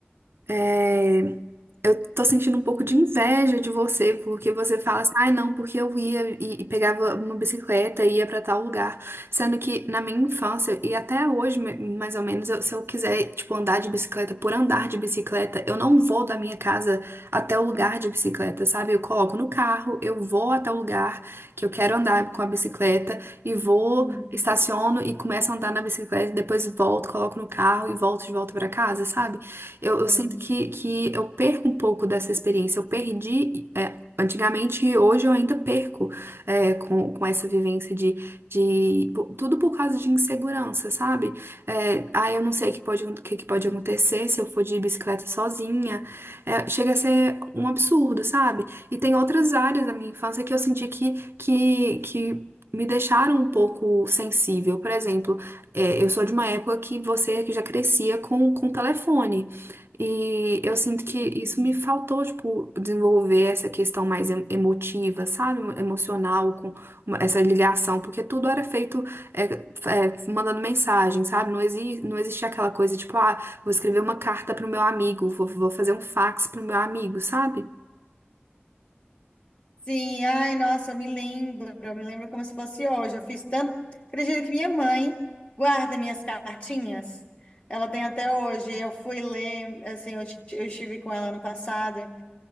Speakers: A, on the right; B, on the left.
A: é, eu tô sentindo um pouco de inveja de você, porque você fala assim, ai não, porque eu ia e, e pegava uma bicicleta e ia pra tal lugar. Sendo que na minha infância, e até hoje, me- mais ou menos, eu- se eu quiser, tipo, andar de bicicleta por andar de bicicleta, eu não vou da minha casa até o lugar de bicicleta, sabe? Eu coloco no carro, eu vou até o lugar que eu quero andar com a bicicleta e vou,
B: Hum,
A: estaciono e começo a andar na bicicleta, depois volto, coloco no carro e volto de volta pra casa, sabe? Eu, eu
B: entendi.
A: sinto que, que eu perco um pouco dessa experiência. Eu perdi, é, antigamente e hoje eu ainda perco, é, com, com essa vivência de, de po- tudo por causa de insegurança, sabe? É, ah, eu não sei o que pode, o que que pode acontecer se eu for de bicicleta sozinha. É, chega a ser um absurdo, sabe? E tem outras áreas da minha infância que eu senti que, que, que me deixaram um pouco sensível. Por exemplo, é, eu sou de uma época que você que já crescia com, com telefone. E eu sinto que isso
B: Uhum.
A: me faltou, tipo, desenvolver essa questão mais em- emotiva, sabe? Emocional, com uma- essa ligação, porque tudo era feito é, é, mandando mensagem, sabe? Não, exi não existia aquela coisa, tipo, ah, vou escrever uma carta pro meu amigo, vou, vou fazer um fax pro meu amigo, sabe?
B: Sim, ai, nossa, eu me lembro, eu me lembro como se fosse hoje. Eu fiz tanto. Acredito que minha mãe guarda minhas cartinhas. Ela tem até hoje. Eu fui ler, assim, eu, t- eu estive com ela ano passado.